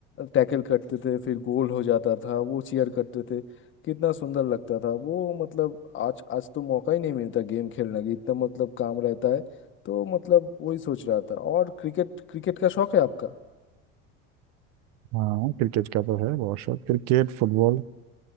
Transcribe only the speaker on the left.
टैकल करते थे फिर गोल हो जाता था वो चीयर करते थे कितना सुंदर लगता था वो मतलब आज आज तो मौका ही नहीं मिलता गेम खेलने की इतना मतलब काम रहता है तो मतलब वही सोच रहा था और क्रिकेट क्रिकेट का शौक है आपका